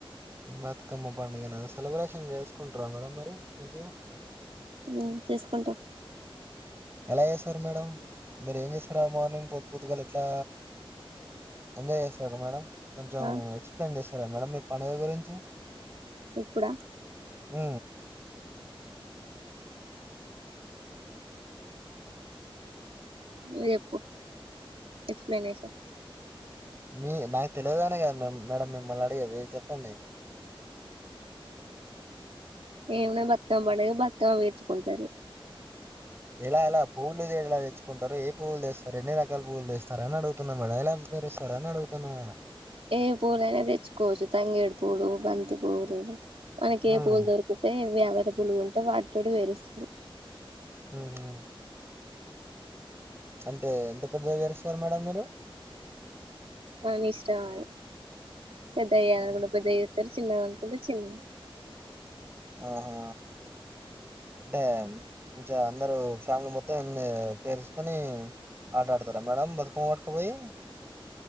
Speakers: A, on the right; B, on the right.
A: బతుకమ్మ పండుగన సెలబ్రేషన్ చేసుకుంటార మేడం మరి మంచిగా
B: ఉ చేసుకుంటాం
A: ఎలా చేస్తారు మేడం మీరు ఏం చేస్తారా మార్నింగ్ పొద్దు పొద్దుగాల ఇట్లా ఎంజాయ్ చేస్తార మేడం కొంచెం
B: ఆ
A: ఎక్స్ప్లెయిన్ చేస్ సరే మేడం మీ పండుగ గురించి
B: ఇప్పుడ
A: ఉ
B: నువ్వు చెప్పు ఎక్స్ప్లెనేషన్
A: మీ నాకు తెలియదనే కదా మేడం మిమ్మల్ని అడిగేది చెప్పండి
B: ఏమనా బతుకమ్మ పండగ బతుకమ్మ వేర్చుకుంటారు
A: ఎలా ఎలా పూవులేద ఎ ఇలా తెచ్చుకుంటారు ఏ పువ్వులు చేస్తారు ఎన్ని రకాల పువ్వులు చేస్తారని అడుగుతున్నా మేడం ఎలా పేరుస్తారు అని అడుగుతున్నా
B: ఏ పూలైనా తెచ్చుకోవచ్చు తంగేడు పూలు, బంతి పూలు మనకి
A: హ్మ్.
B: ఏ పూలు దొరుకుతే వే అవైలబుల్గా ఉంటే వాటితోడు వేరుస్తరు
A: ఉ ఉ అంటే ఎంత పెద్దగ పేరుస్తారు మేడం మీరు
B: మన ఇష్టం అది పెద్దగ ఎయ్యాలకుంటె
A: హ్మ్.
B: పెద్దవి ఎత్తరు చిన్నగా అనుకుంటే చిన్నగ
A: ఆహా డ్యాం <unintelligible> అందరు ఫ్యామిలీ మొత్తం అన్ని పేరుసుకొని ఆటడుతారా మేడం బతుకమ్మ ఆ పోయి